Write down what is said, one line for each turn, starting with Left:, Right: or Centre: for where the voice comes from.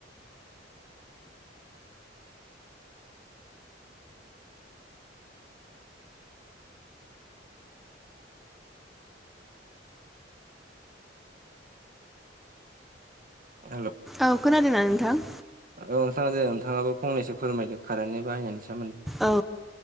Right: हेल'!
Centre: औ खोनादोंना नोंथां?
Right: औ नोंथां दे नोंथाङाबो फंनैसो फोरमायदों खारेन्टनि बाहायनायनि सोमोन्दै।
Centre: औ।